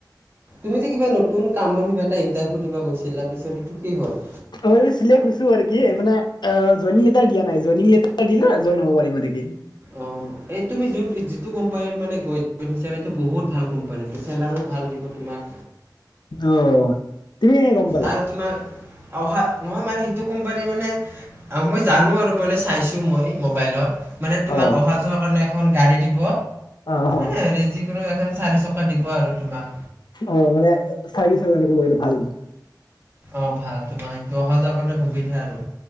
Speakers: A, on the right (about 30°); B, on the left (about 75°).
A: তুমি যে কিবা নতুন কামৰ কিবা এটা ইণ্টাৰভিউ দিব গৈছিলা, তাৰপিছত সেইটো কি হ'ল?
B: ছো মানে চিলেক্ট হৈছো আৰু কি মানে অ জইনিঙ লেটাৰ দিয়া নাই, জয়নিঙ লেটাৰ দিলে জইন হব পাৰিম মানে কি।
A: অ', এই তুমি য যিটো কোম্পানীত মানে গৈ দিছা এইটো বহুত ভাল কোম্পানী। চেলাৰীও ভাল দিব তোমাক।
B: অ', তুমি কেনেকে গম পালা?
A: আৰু তোমাৰ অহা নহয় মানে সেইটো কোম্পানী মানে মই জানো আৰু মানে চাইছো মই মোবাইলত। মানে তোমাক
B: অ
A: অহা যোৱাৰ কাৰণে এখন গাড়ী দিব
B: অ অ
A: এনে হেৰি যি কিনো এখন চাৰি চকা দিব আৰু তোমাক।
B: অ', মানে চাৰ্ভিছৰ কাৰনে ৱ্যৱহাৰ কৰিলে ভাল।
A: অ', ভাল তোমাৰ, সেইটো অহা যোৱা কাৰণে সুবিধা আৰু।